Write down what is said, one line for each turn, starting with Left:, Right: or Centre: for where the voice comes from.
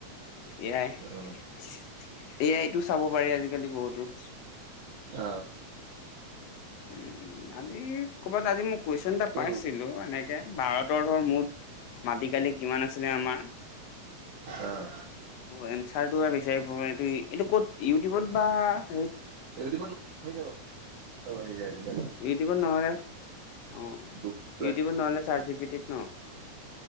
Left: এয়াই।
Right: অ',
Left: এয়াইতটো চাব পাৰি আজিকালি বহুতো।
Right: অ।
Left: উম উম আজি ক'বাত আজি মই কুৱেশচন এটা
Right: তো
Left: পাইছিলো এনেকে ভাৰত। তৰ মুঠ। মাটি কালি কিমান আছিলে আমাৰ <inaudible>
Right: অ',
Left: <inaudible> বিচাৰি পোৱাটো এইটো ক'ত ইউটিউবত বা হ।
Right: ইউটিউবত আহি যাব চব আহি যায় আজিকাল।
Left: ইউটোব নহলে অ
Right: গুগল
Left: ইউটোব নহলে চাৰটজি পটি ন।